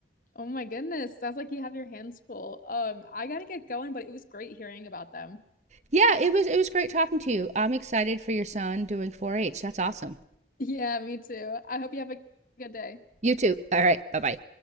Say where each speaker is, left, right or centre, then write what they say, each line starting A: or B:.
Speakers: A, on the left (about 50°); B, on the right (about 40°).
A: Oh my goodness. Sounds like you have your hands full. Um, I gotta get going, but it was great hearing about them.
B: Yeah, it was it was great talking to you. I'm excited for your son doing 4-H. That's awesome.
A: Yeah, me too. I hope you have a good day.
B: You too. All right. Bye bye.